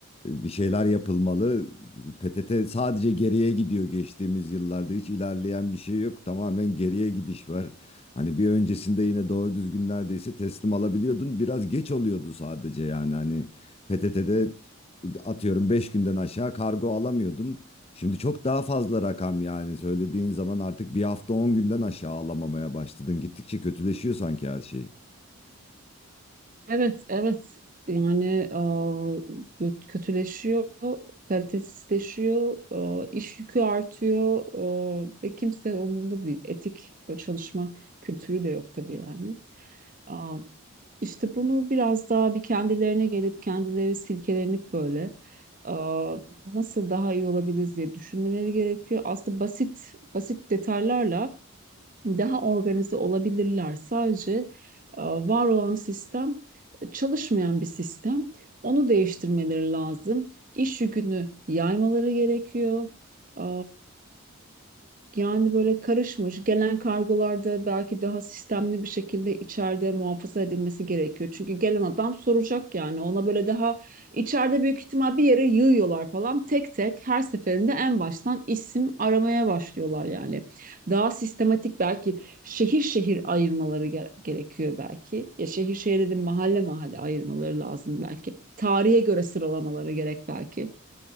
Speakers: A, on the left; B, on the right.
A: e, bir şeyler yapılmalı. PTT sadece geriye gidiyor geçtiğimiz yıllarda. Hiç ilerleyen bir şey yok. Tamamen geriye gidiş var. Hani bir öncesinde yine doğru düzgün neredeyse teslim alabiliyordun. Biraz geç oluyordu sadece yani hani PTT'de atıyorum 5 günden aşağı kargo alamıyordun. Şimdi çok daha fazla rakam yani söylediğin zaman artık bir hafta 10 günden aşağı alamamaya başladın. Gittikçe kötüleşiyor sanki her şey.
B: Evet, evet. Yani aa, kö- kötüleşiyor, kalitesizleşiyor, aa, iş yükü artıyor aa, ve kimse umurunda değil. Etik çalışma kültürü de yok tabii yani. Aa, işte bunu biraz daha bir kendilerine gelip kendileri silkelenip böyle aa, nasıl daha iyi olabiliriz diye düşünmeleri gerekiyor. Aslında basit basit detaylarla daha organize olabilirler. Sadece e, var olan sistem e, çalışmayan bir sistem. Onu değiştirmeleri lazım. İş yükünü yaymaları gerekiyor. E, Yani böyle karışmış gelen kargolarda belki daha sistemli bir şekilde içeride muhafaza edilmesi gerekiyor. Çünkü gelen adam soracak yani ona böyle daha içeride büyük ihtimal bir yere yığıyorlar falan tek tek her seferinde en baştan isim aramaya başlıyorlar yani daha sistematik belki şehir şehir ayırmaları gere- gerekiyor belki. Ya şehir şehir dedim mahalle mahalle ayırmaları lazım belki. Tarihe göre sıralamaları gerek belki.